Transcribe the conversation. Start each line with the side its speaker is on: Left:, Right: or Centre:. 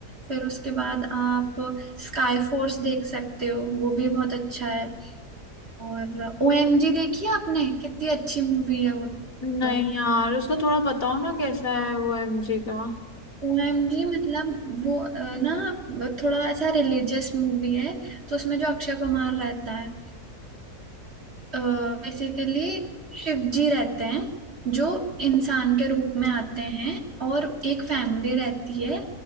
Right: फिर उसके बाद आप स्काई फोर्स देख सकते हो वो भी बहुत अच्छा है और ओएमजी देखी है आपने कितनी अच्छी मूवी है वो
Left: नहीं
Right: तो
Left: यार उसको थोड़ा बताओ ना कैसा है वो एमजी का
Right: ओएमजी मतलब वो अ, ना वो थोड़ा ऐसा रिलीजियस मूवी है तो उसमें जो अक्षय कुमार रहता है बेसिकली शिव जी रहते हैं जो इंसान के रूप में आते हैं और एक फैमिली रहती है